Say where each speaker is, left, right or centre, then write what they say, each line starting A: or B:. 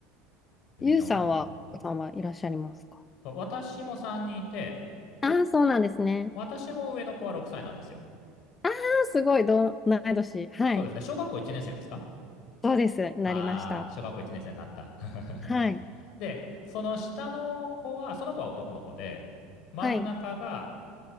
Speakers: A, on the left; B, on the left.
A: で、
B: ゆうさんは、
A: みんな男の子。
B: お子さんはいらっしゃいますか
A: そう、私も3人いて、
B: ああー、そうなんですね。
A: 私も上の子は6歳なんですよ。
B: ああ、すごい、同同い年。はい。
A: そうですね。小学校1年生ですか
B: そうです。なりました。
A: ああー、小学校1年生になった。<laughs>
B: はい。
A: で、その下の子は、その子は男の子で、真ん中が
B: はい。